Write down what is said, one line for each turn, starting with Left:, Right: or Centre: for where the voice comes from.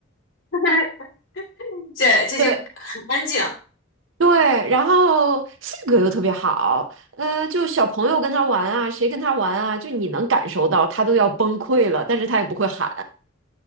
Left: <laughs> 这这就很安静
Right: 对对，然后性格又特别好，呃，就小朋友跟他玩啊，谁跟他玩啊，就你能感受到他都要崩溃了，但是他也不会喊。